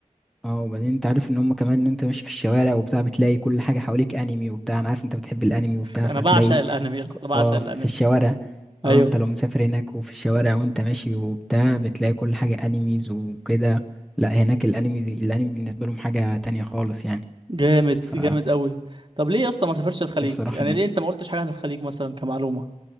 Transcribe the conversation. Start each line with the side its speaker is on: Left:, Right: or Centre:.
Centre: اه وبعدين انت عارف ان هم كمان ان انت ماشي في الشوارع وبتاع بتلاقي كل حاجة حواليك انمي وبتاع انا عارف انت بتحب الانمي وبتاع
Right: انا
Centre: فتلاقي
Right: بعشق الانمي يا اسطى
Centre: ك-
Right: بعشق
Centre: اه
Right: الانمي
Centre: في الشوارع
Right: ايوه
Centre: اه انت لو مسافر هناك وفي الشوارع وانت ماشي وبتاع بتلاقي كل حاجة انميز وكده لا هناك الانمي الانمي بالنسبة لهم حاجة تانية خالص يعني
Right: جامد
Centre: ف
Right: جامد قوي طب ليه يا اسطى ما سافرش الخليج
Centre: نفسي اروح
Right: يعني
Centre: هناك
Right: ليه انت ما قلتش حاجه عن الخليج مثلا كمعلومه